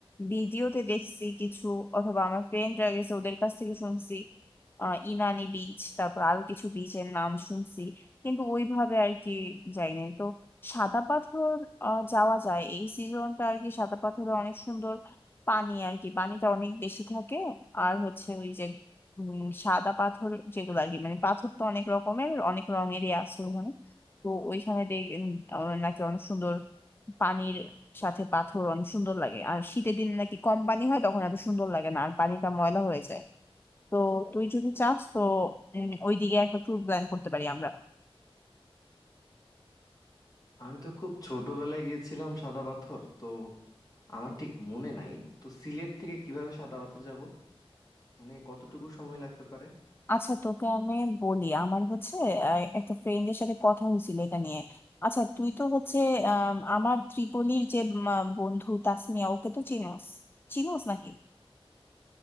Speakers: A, on the left (about 20°); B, on the left (about 35°).
A: ভিডিওতে দেখছি কিছু অথবা আমার ফ্রেন্ডরা গেছে ওদের কাছ থেকে শুনছি আহ ইনানি বিচ তারপর আরো কিছু বিচের নাম শুনছি কিন্তু ওইভাবে আর কি যাইনি তো সাদা পাথর আহ, যাওয়া যায় এই সিজনটা আর কি সাদা পাথরে অনেক সুন্দর পানি আর কি পানিটা অনেক বেশি থাকে আর হচ্ছে ওই যে উম, সাদা পাথর যেগুলো আর কি মানে পাথর তো অনেক রকমের অনেক রঙেরই আছে ওখানে তো ওইখানে দেখ উম, আহ, নাকি অনেক সুন্দর পানির সাথে পাথর অনেক সুন্দর লাগে আর শীতের দিন নাকি কম পানি হয় তখন এত সুন্দর লাগে না আর পানিটা ময়লা হয়ে যায় তো তুই যদি চাস তো উম, ওইদিকে একটা ট্যুর প্ল্যান করতে পারি আমরা
B: আমি তো খুব ছোটবেলায় গিয়েছিলাম সাদা পাথর তো আমার ঠিক মনে নাই তো সিলেট থেকে কিভাবে সাদা পাথর যাব মানে কতটুকু সময় লাগতে পারে
A: আচ্ছা তোকে আমি বলি আমার হচ্ছে আহ, একটা ফ্রেন্ডের সাথে কথা হয়েছিল এটা নিয়ে আচ্ছা তুই তো হচ্ছে আম, আমার ত্রিপলির যে উম, আহ, বন্ধু তাসমিয়া ওকে তো চিনোস চিনোস নাকি